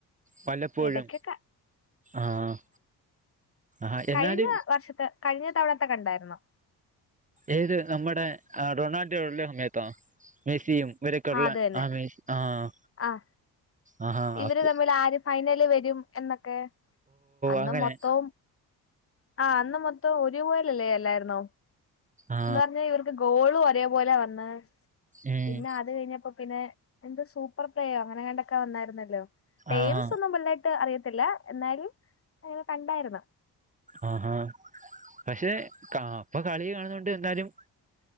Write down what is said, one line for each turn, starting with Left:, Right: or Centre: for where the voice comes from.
Right: വല്ലപ്പോഴും
Left: ഇടക്കൊക്കെ
Right: ആഹ് ആഹ്
Left: കഴിഞ്ഞ
Right: എന്നാലും
Left: വർഷത്ത് കഴിഞ്ഞ തവണത്തെക്കണ്ടായിരുന്നൊ
Right: ഏത് നമ്മുടെ റൊണാൾഡോ ഉള്ള സമയത്തോ മെസ്സിയും ഓരൊക്കെള്ള
Left: ആഹ് അത് തന്നെ
Right: ആമേ ആഹ
Left: ആഹ്
Right: അഹ് ആഹ
Left: ഇവര്
Right: ആപ്പ
Left: തമ്മിൽ ആര് ഫൈനല് വരും എന്നൊക്കെ എ അന്ന്
Right: അങ്ങനെ
Left: മൊത്തോ ആ അന്ന് മൊത്തോം ഒരു ല്ലേ അല്ലായിരുന്നോ
Right: ആ
Left: ന്ന് വന്ന് വർക്ക് ഗോളും ഒരേപോലെ വന്നെ
Right: ഉം
Left: പിന്നെ അത് കഴിഞ്ഞപ്പോ പിന്നെ എന്ത് സൂപ്പർ പ്ലേയോ അങ്ങനെ കണ്ടൊക്കെ വന്നായിരുന്നല്ലോ എയിംസ്
Right: ആഹാ
Left: ഒന്നും വലതായിട്ട് അറിയത്തില്ല എന്നാലും അങ്ങനെ കണ്ടായിരുന്നു
Right: ആഹ പക്ഷെ കാ ഇപ്പൊ കളി കാണുന്നത്ണ്ട് എന്താലും